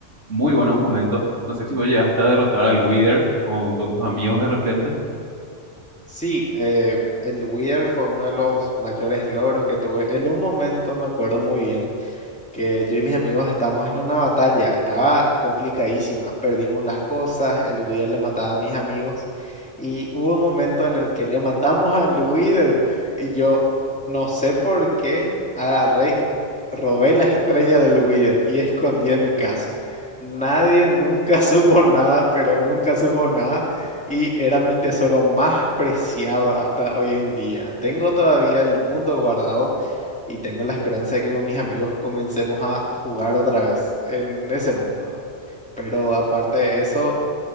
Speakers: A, on the right; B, in the centre.
A: muy buenos momentos. No sé si vos llegaste a derrotar al Wither con, con tus amigos de repente.
B: Sí, eh, el Wither fue uno de los mayores logros que tuve. En un momento me acuerdo muy bien. que yo y mis amigos estábamos en una batalla, estaba complicadísima, perdimos las cosas, el Wither le mataba a mis amigos y hubo un momento en el que le matamos al Wither y yo no sé por qué agarré y robé la estrella del Wither y escondí en mi casa. Nadie nunca <laughs> supo nada, pero nunca supo nada. Y era mi tesoro más preciado hasta hoy en día. Tengo todavía el mundo guardado y tengo la esperanza de que con mis amigos comencemos a a jugar otra vez en ese mundo. Pero aparte de eso,